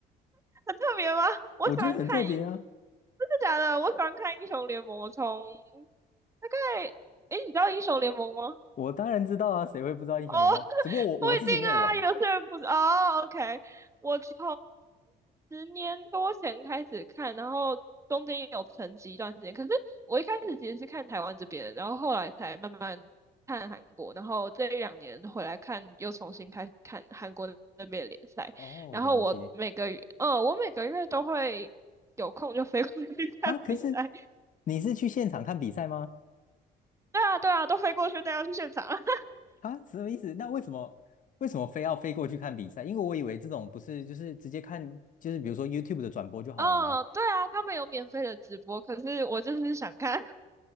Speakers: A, on the right (about 15°); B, on the left (about 50°).
A: 很特别吗？我喜欢看英，
B: 我觉得很特别啊。
A: 真的假的？我喜欢看英雄联盟，从大概，哎，你知道英雄联盟吗？
B: 我当然知道啊，谁会不知道英雄联盟？
A: 哦，<laughs>
B: 只不过我我自己没有玩。
A: 不一定啊，有些人不是哦。OK，我从十年多前开始看，然后中间也有沉寂一段时间。可是我一开始其实是看台湾这边的，然后后来才慢慢看韩国，然后这一两年回来看，又重新开始看韩国那边的联赛。
B: 哦，
A: 然后我每个月，
B: 了解。
A: 嗯，我每个月都会有空就飞过去 <laughs>
B: 哈，
A: 看比赛。
B: 可是你是去现场看比赛吗？
A: 对啊，对啊，都飞过去，带要去现场。<laughs>
B: 哈，什么意思？那为什么为什么非要飞过去看比赛？因为我以为这种不是就是直接看，就是比如说 YouTube 的转播就好了吗？
A: 嗯，对啊，他们有免费的直播，可是我就是想看。